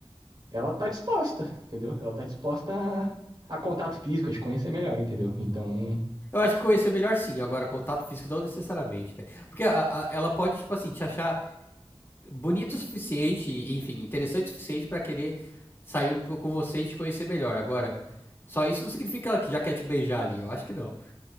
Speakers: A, on the right; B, on the left.
A: ela tá disposta, entendeu? Ela tá disposta a, a contato físico, a te conhecer melhor, entendeu? Então,
B: Eu acho que conhecer melhor sim, agora contato físico não necessariamente, velho. Porque a- a- ela pode, tipo assim, te achar. bonito o suficiente, enfim, interessante o suficiente pra querer sair um pouco com você e te conhecer melhor. Agora, só isso não significa que ela já quer te beijar ali, eu acho que não.